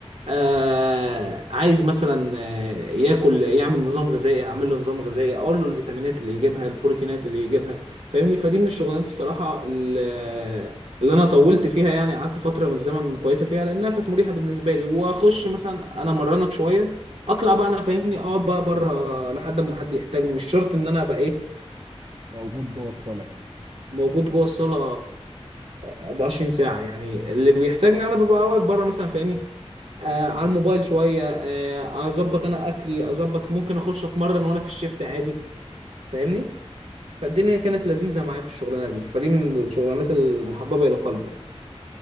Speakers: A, on the right; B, on the right.
A: آه عايز مثلا آه، ياكل يعمل نظام غذائي اعمل له نظام غذائي اقول له الفيتامينات اللي يجيبها البروتينات اللي يجيبها فاهمني فدي من الشغلانات الصراحه ال- اللي انا طولت فيها يعني قعدت فتره من الزمن كويسه فيها لانها كانت مريحه بالنسبه لي واخش مثلا انا مرنك شويه اطلع بقى انا فاهمني اقعد بقى بره لحد ما حد يحتاجني مش شرط ان انا ابقى ايه
B: موجود جوه الصاله يعني
A: موجود جوه الصاله 24 ساعه يعني اللي بيحتاجني انا ببقى واقف بره مثلا فاهمني آه على الموبايل شويه آه اظبط انا اكلي اظبط ممكن اخش اتمرن وانا في الشيفت عادي فاهمني فالدنيا كانت لذيذه معايا في الشغلانه دي فدي من الشغلانات المحببه الى قلبي يعني